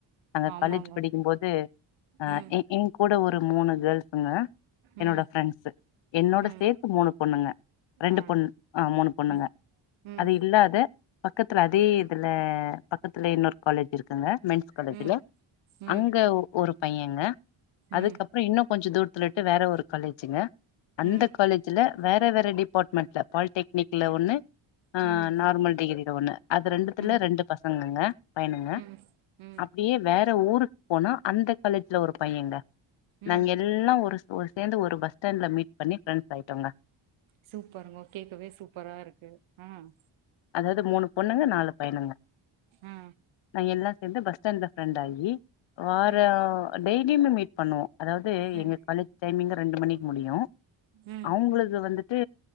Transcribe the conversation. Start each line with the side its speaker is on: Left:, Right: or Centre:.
Left: நாங்க
Right: ஆமாங்க
Left: காலேஜ் படிக்கும்போது அஹ்
Right: ம்
Left: என் என் கூட ஒரு மூணு கேல்ஸ்ங்க என்னோட
Right: ம்
Left: ப்ரெண்ட்ஸ் என்னோட
Right: ம்
Left: சேர்த்து மூணு பொண்ணுங்க ரெண்டு
Right: ஆ
Left: பொண்ணு ஆஹ் மூணு பொண்ணுங்க
Right: ம் ம்
Left: அது இல்லாத பக்கத் அதே இதுல பக்கத்துல இன்னொரு காலேஜ் இருக்குங்க மென்ஸ் காலேஜ்ல
Right: ம் ம்
Left: அங்க ஒரு பையங்க
Right: ம்
Left: அதுக்கப்புறம் இன்னும் கொஞ்சம் தூர ரெண்டு வேற ஒரு காலேஜுங்க அந்த
Right: ம்
Left: காலேஜ்ல வேற வேறு டிபார்ட்மெண்ட்ல பால்டெக்னிக் ஒண்ணு ஆஹ்
Right: ம்
Left: நார்மல் டிகிரில ஒண்ணு ரெண்டுத்துல
Right: ம்
Left: ரெண்டு பசங்க சொல்லுங்க பயனுங்க
Right: ம் ம்
Left: அப்படியே வேற ஊருக்கு போனா அந்த காலேஜ் இதுல ஒரு பையங்க
Right: ம்
Left: நாங்க எல்லாம் ஒரு ஒரு சேர்ந்து ஒரு பஸ் ஸ்டாண்ட்ல மீட் பண்ணி ஃப்ரெண்ட்ஸ் ஆயிட்டோங்க
Right: சூப்பருங்க கேட்கவே சூப்பரா இருக்கு ஹம்
Left: அதாவது மூணு பொண்ணுங்க நாலு பயனுங்க
Right: ஆ
Left: நா என்ன எந்த பஸ்டாண்ட்ல ரண்ட வற
Right: ம்
Left: <unintelligible> லுமே மீட் பண்ணுவோம் அதாவது
Right: ம் ம்
Left: எங்க காலேஜ் டைமிங் ரெண்டு மணிக்கு முடியும்
Right: ம்
Left: அவுங்களது வந்து ட்டு